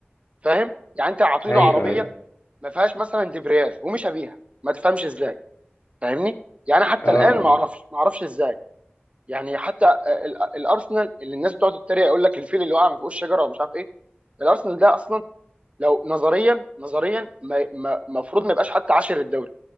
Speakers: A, on the right; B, on the left.
A: فاهم يعني انت عاطيله
B: ايوه
A: عربيه
B: ايوه
A: ما فيهاش مثلا دبرياج ومش بيها ما تفهمش ازاي فاهمني يعني حتى
B: اه
A: الان ما اعرفش ما اعرفش ازاي يعني حتى ال- الارسنال اللي الناس بتقعد تتريق يقول لك الفيل اللي وقع من فوق الشجره ومش عارف ايه الارسنال ده اصلا لو نظريا نظريا ما- ما- المفروض ما يبقاش حتى عاشر الدوري